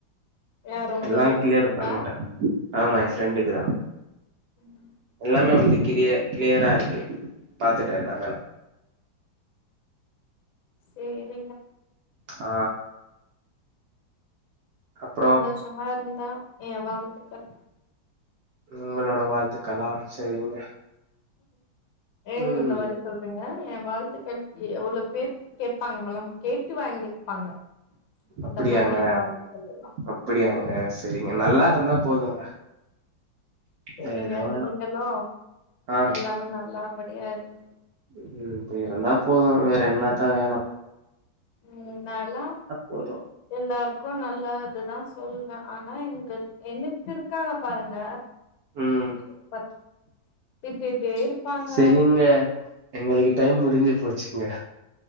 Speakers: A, on the left; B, on the right.
A: யாரு உங்க
B: எல்லாம் கிளியர்
A: ஃப்ரெண்டா
B: பண்ணிட்ட ஆமா என் ஃப்ரெண்டுக்கு தா
A: ம் ம்
B: எல்லாமே வந்து கிளிய கிளியரா இருக்கு பாத்துட்ட எல்லாமே நா
A: சேரிங்க
B: ஆ அப்றோ
A: சந்தோஷமா இருந்தா அ வாழ்த்துக்கள்
B: உங்களோட வாழ்த்துக்கள்லா சரிங்க
A: ஏன்
B: ம்
A: இந்த மாரி சொல்றிங்க என் வாழ்த்துக்கள் எவ்ளோ பேர் கேப்பாங்கமலம் கேட்டு வாங்கிப்பாங்க
B: அப்படியாங்க
A: இந்த மாரி என் வாழ்த்துக்கள் எல்லா
B: அப்படியாங்க சரிங்க நல்லா இருந்தா போதுங்க
A: சரிங்க
B: வேற எதுவு வேணா
A: நீங்களு
B: ஆ
A: எல்லாமே நல்லா படியா இருங்க
B: ம் ம் இப்பி இருந்தா போதும் வேற என்னத்த வேணும்
A: ம் நா லா
B: போது
A: எல்லாருக்கு நல்லாது தா சொல்வ ஆனா இங்க எனக்கு இருக்காங்க பாருங்க
B: ம்
A: சூப்பர் திட்டீட்டே இருப்பாங்க
B: சரிங்க எங்களுக்கு டைம் முடிஞ்சு போச்சுங்க